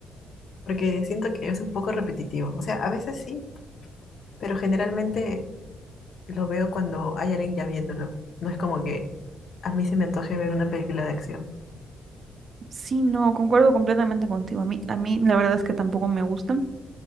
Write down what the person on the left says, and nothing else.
porque siento que es un poco repetitivo. O sea, a veces sí, pero generalmente lo veo cuando hay alguien ya viéndolo. No es como que a mí se me antoje ver una película de acción.